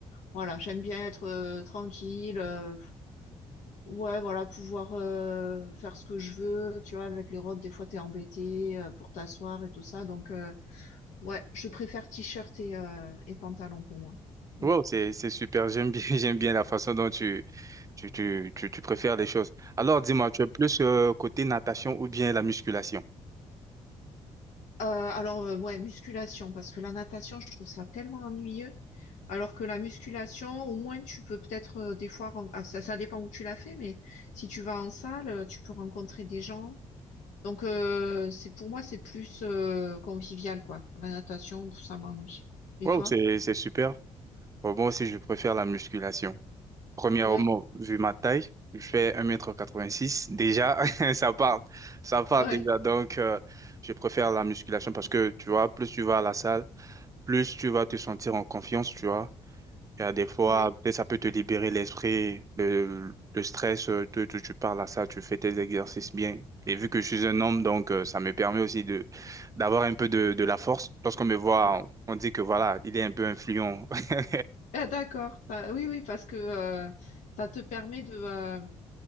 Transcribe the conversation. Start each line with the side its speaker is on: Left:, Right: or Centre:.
Left: Voilà, j'aime bien être euh, tranquille. euh, ouais, voilà, pouvoir euh, faire ce que je veux. Tu vois, avec les robes, des fois, t'es embêté euh, pour t'asseoir et tout ça. Donc, euh, ouais, je préfère t-shirt et, euh, et pantalon pour moi. Mm.
Right: Wow, c'est c'est super. J'aime bien <laughs> j'aime bien la façon dont tu tu tu tu, tu préfères les choses. Alors dis-moi, tu es plus euh, côté natation ou bien la musculation?
Left: Euh, alors, euh, ouais, musculation, parce que la natation, je trouve ça tellement ennuyeux. Alors que la musculation, au moins, tu peux peut-être euh, des fois, ren- ah, ça, ça dépend où tu l'as fait, mais si tu vas en salle, euh, tu peux rencontrer des gens. Donc, euh, c'est pour moi, c'est plus euh, convivial, quoi. La natation, pff, ça m'ennuie. Et
Right: Wow,
Left: toi?
Right: c'est c'est super. Bon, moi aussi je préfère la musculation. Premièrement,
Left: Ouais,
Right: vu ma taille, je fais un mètre quatre-vingt-six Déjà, <laughs> ça parle. Ça parle
Left: ouais,
Right: déjà. Donc, euh, je préfère la musculation parce que, tu vois, plus tu vas à la salle, plus tu vas te sentir en confiance, tu vois. Il y a des fois,
Left: ouais,
Right: peut-être ça peut te libérer l'esprit, le, le stress, euh, tu, tu, tu parles à ça, tu fais tes exercices bien. Et vu que je suis un homme, donc euh, ça me permet aussi de d'avoir un peu de, de la force. Lorsqu'on me voit,
Left: ouais.
Right: on on dit que voilà, il est un peu influent. <laughs>
Left: Ah, d'accord. Ça- oui, oui, parce que euh, ça te permet de, euh,